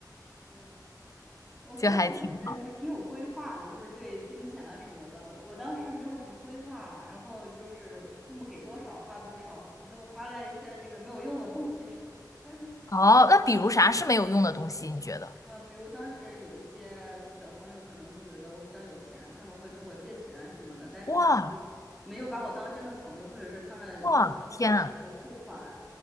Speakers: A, in the centre; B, on the left.
A: 对，
B: <laughs>
A: 我给当时感觉你还挺有规划的，
B: 就还挺好。
A: 就是对金钱啊什么的。我当时没有什么规划，然后就是父母给多少花多少，就花在一些这个没有用的东西上。<laughs>
B: 哦，那比如啥是没有用的东西？你觉得？
A: 啊，比如当时有一些小朋友可能就觉得我比较有钱，他们会跟我借钱啊什么的，但是他们就没有把我当真的朋友，
B: 哇
A: 或者是他们要什么东西都要给我付款，
B: 哇天啊